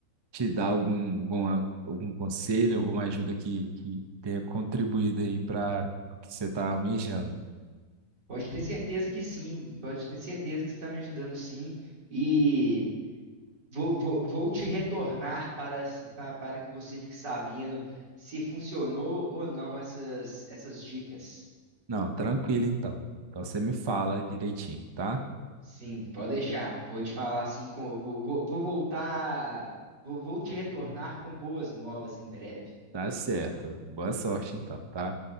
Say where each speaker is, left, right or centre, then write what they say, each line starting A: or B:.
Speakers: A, on the right; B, on the right.
A: te dar algum, alguma- algum conselho, alguma ajuda que, que tenha contribuído aí para o que você está almejando.
B: Pode ter certeza que sim, pode ter certeza que você está me ajudando sim. E vou, vou, vou te retornar para, para, para que você fique sabendo se funcionou ou não essas, essas dicas.
A: Não, tranquilo então. Então você me fala direitinho, tá?
B: Sim, pode deixar. Vou te falar assim, com, vou, vou vou voltar, vou, vou te retornar com boas novas em breve.
A: Tá certo. Boa sorte então, tá?